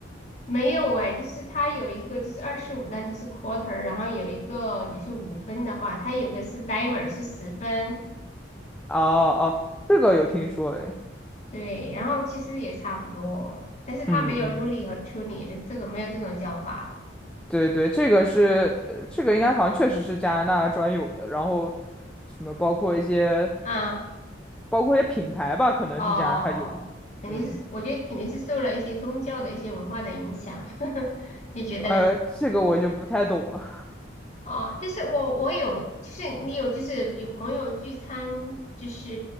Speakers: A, on the left; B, in the centre.
A: 没有哎，就是它有一个就是二十五，那就是 quarter，然后有一个就是五分的话，它有个是 dimer 是十分，
B: 哦哦，这个有听说诶，
A: 对，然后其实也差不多，但是它没有
B: 嗯嗯。
A: ruly 和 truly 的这种没有这种叫法的，
B: 对对，这个是呃这个应该好像确实是加拿大专有的，然后什么包括一些
A: 啊、
B: 包括一些品牌吧，可能是加拿大有，
A: 哦，肯定是我觉得肯定是受了一些宗教的一些文化的影响，
B: 嗯，
A: <laughs> 你觉得嘞？
B: 呃，这个我就不太懂了。
A: 哦，但是我我有，就是你有，就是有朋友聚餐，就是